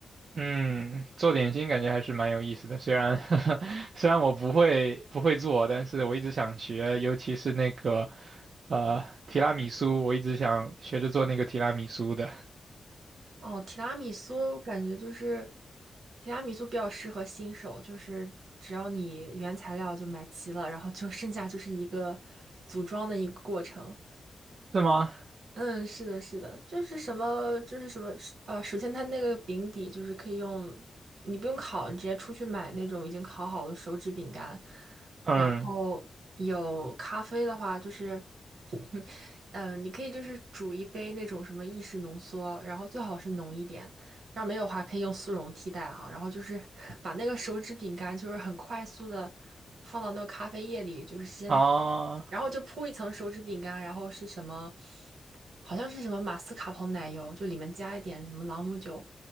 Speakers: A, on the right; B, on the right.
A: 嗯，做点心感觉还是蛮有意思的，虽然 <laughs> 虽然我不会不会做，但是我一直想学，尤其是那个呃提拉米苏，我一直想学着做那个提拉米苏的，
B: 哦，提拉米苏感觉就是提拉米苏比较适合新手，就是只要你原材料就买齐了，然后就剩下就是一个组装的一个过程。
A: 是吗？
B: 嗯，是的，是的，就是什么，就是什么，呃，首先它那个饼底就是可以用，你不用烤，你直接出去买那种已经烤好的手指饼干。
A: 嗯
B: 然后有咖啡的话，就是，<laughs> 嗯、你可以就是煮一杯那种什么意式浓缩，然后最好是浓一点。要没有的话，可以用速溶替代哈。然后就是 <laughs> 把那个手指饼干，就是很快速的放到那个咖啡液里，就是先，
A: 啊，
B: 然后就铺一层手指饼干，然后是什么？好像是什么马斯卡彭奶油，就里面加一点什么朗姆酒，